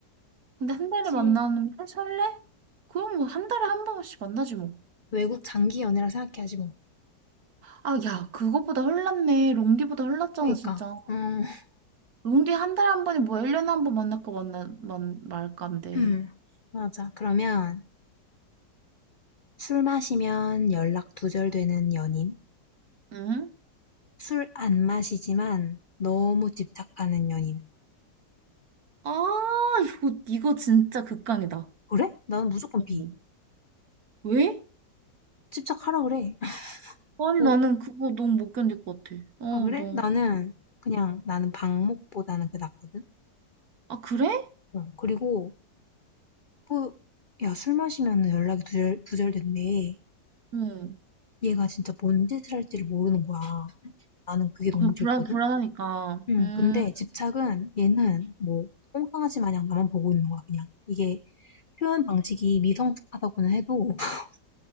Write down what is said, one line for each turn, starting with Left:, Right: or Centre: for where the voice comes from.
Right: 근데 한 달에
Left: 시
Right: 만나면 설레? 그럼 뭐 한 달에 한 번씩 만나지 뭐.
Left: 외국 장기 연애라 생각해야지 뭐.
Right: 아, 야, 그것보다 흘났네. 롱디보다 흘났잖아,
Left: 그러니까,
Right: 진짜.
Left: 음, <laughs>
Right: 롱디 한 달에 한 번이 뭐야? 1년에 한 번 만날까 만나 만 말까인데.
Left: 음, 맞아. 그러면 술 마시면 연락 두절되는 연인.
Right: 응?
Left: 술 안 마시지만 너무 집착하는 연인.
Right: 아, 이거 이거 진짜 극강이다.
Left: 그래? 나는 무조건
Right: 어머.
Left: B.
Right: 왜?
Left: 집착하라 그래. <laughs>
Right: 아니,
Left: 뭐,
Right: 나는 그거 너무 못 견딜 것 같아. 어,
Left: 아, 그래?
Right: 너.
Left: 나는 그냥 나는 방목보다는 그게 낫거든?
Right: 아, 그래?
Left: 어, 그리고 뭐, 야, 술 마시면 연락이 두절, 두절된대.
Right: 응.
Left: 얘가 진짜 뭔 짓을 할지를 모르는 거야. 나는 그게 너무
Right: 그 불안,
Left: 싫거든?
Right: 불안하니까.
Left: 응,
Right: 음,
Left: 근데 집착은 얘는 뭐, 똥강아지 마냥 나만 보고 있는 거야, 그냥. 이게 표현 방식이 미성숙하다고는 해도, <laughs>